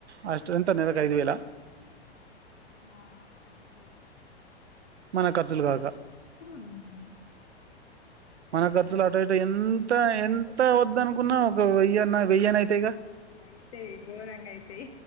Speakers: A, on the right; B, on the left.
A: హాస్టెల్ ఎంత నెలకు ఐదు వేల
B: ఆ ఐదు వేలు
A: మన ఖర్చులు కాక
B: హ్మ్మ్
A: మన ఖర్చులు అటు ఇటు ఎంత ఎంత వద్దనుకున్న వెయ్యి అయినా అవుతాయి గా
B: అయితే గోరంగాయితే